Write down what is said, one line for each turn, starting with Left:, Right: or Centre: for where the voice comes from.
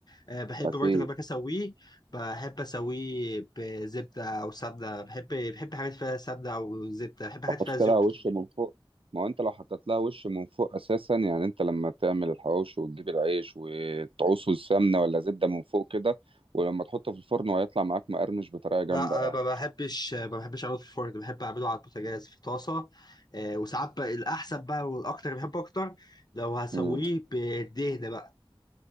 Left: أه بحب
Right: اكيد
Left: برضه لما أجي اسويه بحب اسويه بزبده او سمنه بحب بحب حاجات فيها سمنه او زبده بحب حاجات
Right: تحط
Left: فيها زيوت
Right: لها وش
Left: كتير
Right: من فوق ما هو انت لو حطيت لها وش من فوق اساسا يعني انت لما تعمل الحواوشي وتجيب العيش وتعوصه السمنه ولا زبده من فوق كده ولما تحطه في الفرن وهيطلع معاك مقرمش بطريقه جامده
Left: لا
Right: يعني
Left: ما بحبش ما بحبش اعمله في الفرن بحب اعمله على البوتاجاز في طاسه آه، وساعات بقى الاحسن بقى والاكتر بحبه اكتر لو هسويه
Right: امم
Left: بدهن بقى